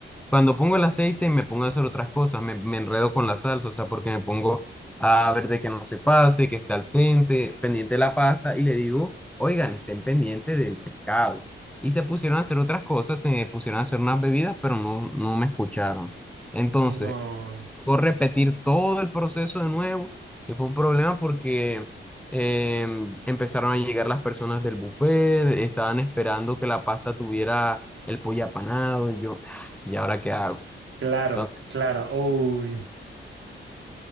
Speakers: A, in the centre; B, on the right.
A: Cuando pongo el aceite me pongo a hacer otras cosas, me, me enredo con la salsa, o sea, porque me pongo a ver de que no se pase, que esté al dente, pendiente de la pasta y le digo, oigan, estén pendientes del pescado y se pusieron a hacer otras cosas, se pusieron a hacer unas bebidas, pero no, no me escucharon. Entonces,
B: No,
A: tocó repetir todo el proceso de nuevo, que fue un problema porque eh, empezaron a llegar las personas del buffet, estaban esperando que la pasta tuviera el pollo apanado, y yo, "Ah, ¿y ahora qué hago?
B: claro,
A: Entonces,
B: claro. Uy,